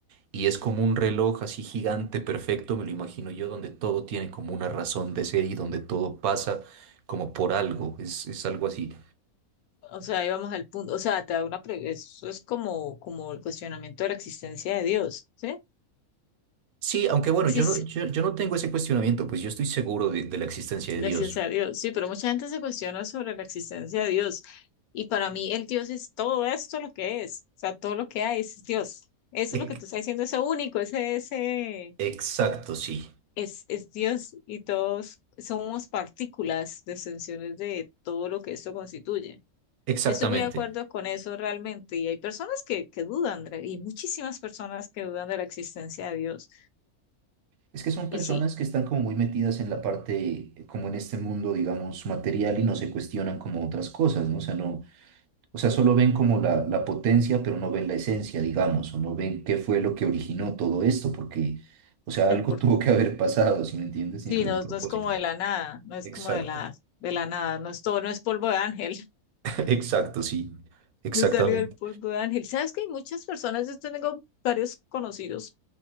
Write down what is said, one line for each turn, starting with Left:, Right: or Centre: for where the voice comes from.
Right: y es como un reloj así gigante, perfecto, me lo imagino yo, donde todo tiene como una razón de ser y donde todo pasa como por algo, es, es algo así.
Left: O sea, ahí vamos al punto. O sea, te da una pre- eso es como, como el cuestionamiento de la existencia de Dios, ¿sí?
Right: Sí, aunque bueno,
Left: Sí,
Right: yo
Left: sí,
Right: no, yo, yo no tengo ese cuestionamiento, pues yo estoy seguro de, de la existencia
Left: Gracias
Right: de Dios.
Left: a Dios. Sí, pero mucha gente se cuestiona sobre la existencia de Dios. Y para mí el Dios es todo esto lo que es. O sea, todo lo que hay es Dios. Eso es
Right: Ec-
Left: lo que tú estás diciendo, ese único, ese, ese
Right: Exacto, sí,
Left: es, es Dios y todos somos partículas, extensiones de todo lo que esto constituye.
Right: exactamente.
Left: Estoy muy de acuerdo con eso realmente. Y hay personas que, que dudan, Andrea, y muchísimas personas que dudan de la existencia de Dios.
Right: Es que son personas
Left: Y sí,
Right: que están como muy metidas en la parte, eh, como en este mundo, digamos, material y no se cuestionan como otras cosas, ¿no? O sea, no, o sea, solo ven como la, la potencia, pero no ven la esencia, digamos, o no ven qué fue lo que originó todo esto, porque, o sea,
Left: el
Right: algo
Left: porqué
Right: <laughs> tuvo que haber pasado, ¿sí me entiendes?
Left: Sí,
Right: Tiene que haber
Left: no,
Right: un propósito.
Left: no es como de la nada, no es
Right: Exacto,
Left: como de la, de la nada, no es todo, no es polvo de ángel,
Right: <laughs> exacto, sí,
Left: <laughs>
Right: exactamente.
Left: no salió del polvo de ángel. ¿Sabes que hay muchas personas, yo tengo varios conocidos